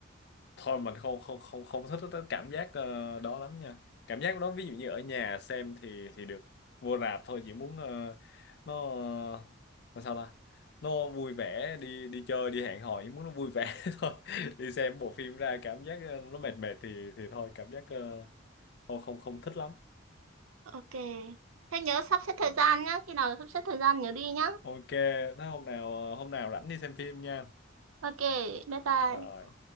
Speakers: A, on the left (about 50°); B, on the right (about 80°).
A: thôi mình không không không không thích cái cảm giác ờ, đó lắm nha cảm giác đó ví dụ như ở nhà xem thì thì được vô rạp thôi chỉ muốn ờ, nó ờ, nó sao ta nó vui vẻ đi đi chơi đi hẹn hò chỉ muốn nó vui vẻ <laughs> thôi đi xem bộ phim ra cảm giác ờ, nó mệt mệt thì thì thôi cảm giác ờ, không không không thích lắm
B: ok thế nhớ sắp xếp thời
A: ừ.
B: gian nhá khi nào sắp xếp thời gian nhớ đi nhá
A: ok thế hôm nào ờ, hôm nào rảnh đi xem phim nha
B: ok bye bye
A: rồi